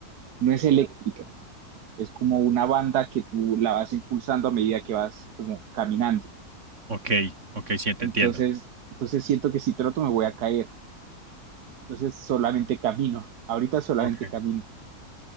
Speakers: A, on the right (about 85°); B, on the right (about 50°).
A: no es eléctrica, es como una banda que tú la vas impulsando a medida que vas como caminando.
B: Ok, ok, sí, te
A: Entonces,
B: entiendo.
A: entonces siento que si troto me voy a caer. Entonces solamente camino, ahorita solamente
B: Ok,
A: camino,